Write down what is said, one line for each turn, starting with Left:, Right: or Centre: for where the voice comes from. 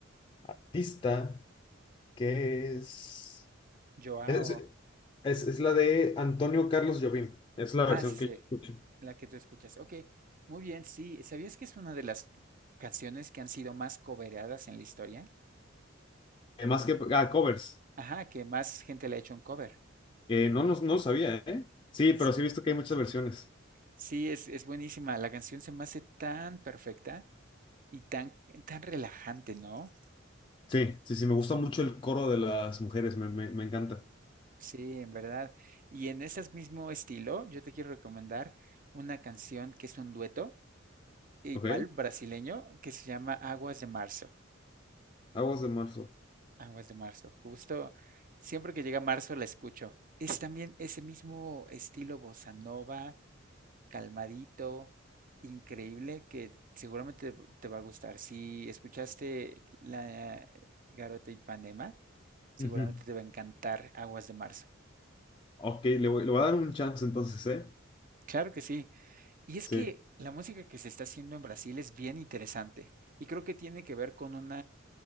Left: artista, que es...
Right: Joao.
Left: Es, es- es la de Antonio Carlos Jobim, es la
Right: Ah,
Left: versión
Right: sí,
Left: que
Right: sí,
Left: yo escucho.
Right: la que tú escuchas. Ok, muy bien, sí. ¿Sabías que es una de las canciones que han sido más cobereadas en la historia?
Left: Eh, Más que... Ah, covers.
Right: Ajá, que más gente le ha hecho un cover.
Left: Eh, no, no, no lo sabía, ¿eh? Sí, pero
Right: S-
Left: sí he visto que hay muchas versiones.
Right: Sí, es, es buenísima. La canción se me hace tan perfecta y tan, tan relajante, ¿no?
Left: Sí, sí, sí, me gusta mucho el coro de las mujeres, me, me, me encanta.
Right: Sí, en verdad. Y en ese mismo estilo, yo te quiero recomendar una canción que es un dueto, igual
Left: ¿Ok?
Right: brasileño, que se llama Aguas de Marzo.
Left: Aguas de marzo.
Right: Aguas de Marzo. Justo siempre que llega marzo la escucho. Es también ese mismo estilo bossa nova, calmadito, increíble, que seguramente te, te va a gustar. Si escuchaste la Garota Ipanema, seguramente
Left: Ujú.
Right: te va a encantar Aguas de Marzo.
Left: Ok, le voy, le voy a dar un chance entonces, ¿eh?
Right: Claro que sí. Y es
Left: Sí,
Right: que la música que se está haciendo en Brasil es bien interesante y creo que tiene que ver con un